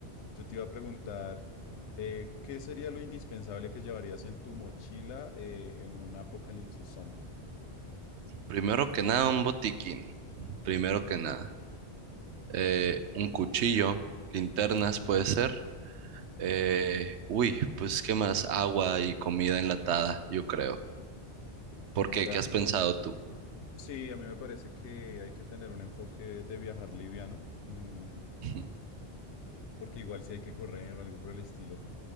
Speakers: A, on the left; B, on the right.
A: yo te iba a preguntar, eh, ¿qué sería lo indispensable que llevarías en tu mochila eh, en un apocalipsis zombie?
B: Primero que nada, un botiquín. Primero que nada. Eh, un cuchillo, linternas puede ser. Eh, uy, pues ¿qué más? Agua y comida enlatada, yo creo. ¿Por qué?
A: O sea,
B: ¿Qué has pensado tú?
A: sí, a mí me parece que hay que tener un enfoque de viajar liviano, mm,
B: <laughs>
A: porque igual si hay que correr o algo por el estilo.